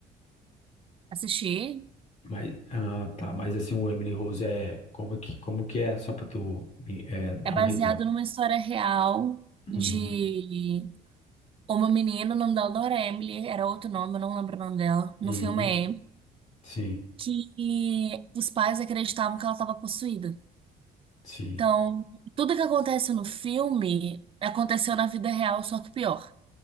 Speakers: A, on the right; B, on the left.
A: Assisti.
B: Mas, ah, tá, mas assim, o Emily Rose é como que, como que é? Só pra tu me, é, dar
A: É baseado
B: um resumo.
A: numa história real
B: Uhum,
A: de Uma menina, o nome dela não era Emily, era outro nome, eu não lembro o nome dela. No
B: uhum,
A: filme é Emily,
B: sim,
A: que os pais acreditavam que ela estava possuída.
B: sim.
A: Então, tudo que acontece no filme aconteceu na vida real, só que pior.